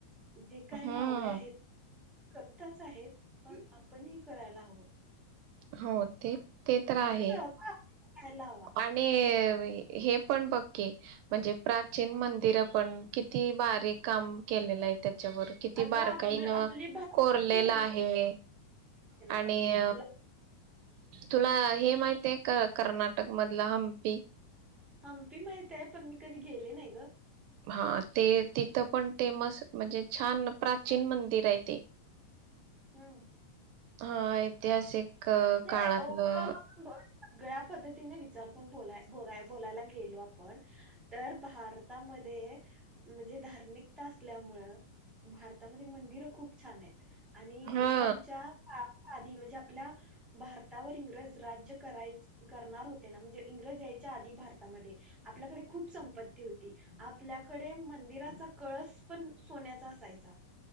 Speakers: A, in the centre; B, on the right.
A: जे काही
B: हम्म
A: मावळे आहेत करतच आहेत पण आपणही करायला हवं
B: हो ते ते तर
A: म्हणजे
B: आहे
A: सहभाग करायला हवा
B: आणि हे पण बघकी म्हणजे प्राचीन मंदिरं पण किती बारीक काम केलेलं आहे त्या त्याच्यावर
A: अगं
B: बारकाईनं
A: आपलं आपली भारताची
B: कोरलेलं
A: संस्कृती
B: आहे
A: ना
B: आणि
A: तुला
B: तुला हे माहित आहे का कर्नाटक नाटक मधला हंपी
A: हंपी माहित आहे पण मी कधी गेले नाही गं!
B: हा ते तिथं पण तेेमस म्हणजे छान प्राचीन मंदिर आहे ते
A: हम्म!
B: हा ऐतिहासिक
A: म्हणजे
B: काळातलं
A: ओव्हऑल आपण सगळ्या पद्धती चार बोल-बोल बोलायला गेलो आपण तर भारतामध्ये, म्हणजे धार्मिकता असल्यामुळे भारतामध्ये मंदिरं खूप छान आहेत आणि इंग्रजांच्या
B: हा
A: क आधी म्हणजे आपल्या भारतावर इंग्रज राज्य कराय करणार होते ना म्हणजे इंग्रज यायच्या आधी भारतामध्ये आपल्याकडे खूप संपत्ती होती आपल्याकडे मंदिराचा कळस पण सोन्याचा असायचा